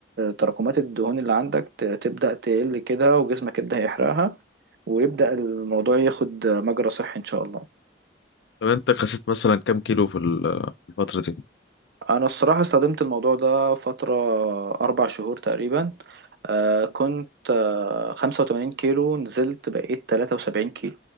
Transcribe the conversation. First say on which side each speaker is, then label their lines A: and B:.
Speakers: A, on the right; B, on the left.
A: تراكمات الدهون اللي عندك ت- تبدأ تقل كده وجسمك يبدأ يحرقها ويبدأ الموضوع ياخد مجرى صحي ان شاء الله
B: طب انت خسيت مثلا كام كيلو في ال- في الفترة دي
A: انا الصراحه استخدمت الموضوع ده فتره اربع شهور تقريبا آه كنت آه 85 كيلو نزلت بقيت 73 كيلو